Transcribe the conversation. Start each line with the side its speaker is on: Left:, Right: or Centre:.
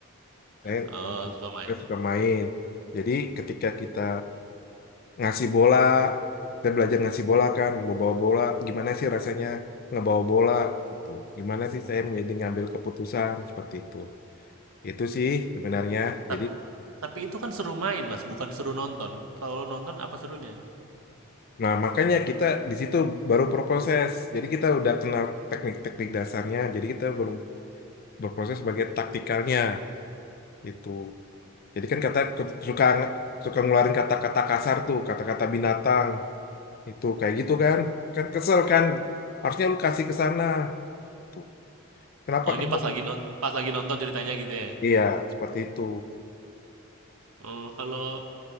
Left: Saya
Right: Oh, suka main.
Left: kita suka main. Jadi ketika kita ngasih bola, kita belajar ngasih bola kan, mau bawa bola, gimana sih rasanya ngebawa bola gitu. Gimana sih saya menjadi ngambil keputusan seperti itu. Itu sih sebenarnya.
Right: Tapi
Left: Jadi
Right: tapi itu kan seru main, Mas, bukan seru nonton. Kalau nonton apa serunya?
Left: nah makanya kita di situ baru berproses. Jadi kita udah kenal teknik-teknik dasarnya. Jadi kita belum berproses sebagai taktikalnya itu. Jadi kan kata suka suka ngeluarin kata-kata kasar tuh, kata-kata binatang itu kayak gitu kan. Kan kesel kan. Harusnya lu kasih ke sana. Tuh. Kenapa
Right: Oh, ini
Left: kamu?
Right: pas lagi non pas lagi nonton ceritanya gitu ya.
Left: Iya, seperti itu.
Right: Oh, kalau